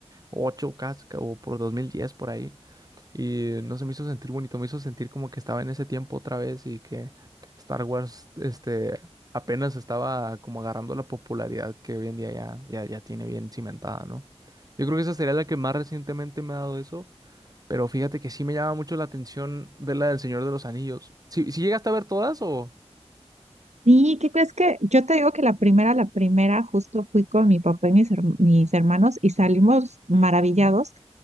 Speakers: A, on the right (about 35°); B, on the right (about 85°).
A: ocho casca o por 2010 por ahí, y no se me hizo sentir bonito, me hizo sentir como que estaba en ese tiempo otra vez y que Star Wars, este, apenas estaba como agarrando la popularidad que hoy en día ya, ya, ya tiene bien cimentada, ¿no? Yo creo que esa sería la que más recientemente me ha dado eso. Pero fíjate que sí me llama mucho la atención ver la del Señor de los Anillos. ¿Si llegaste a ver todas o...?
B: ¿Y qué crees que? Yo te digo que la primera, la primera, justo fui con mi papá y mis, her- mis hermanos y salimos maravillados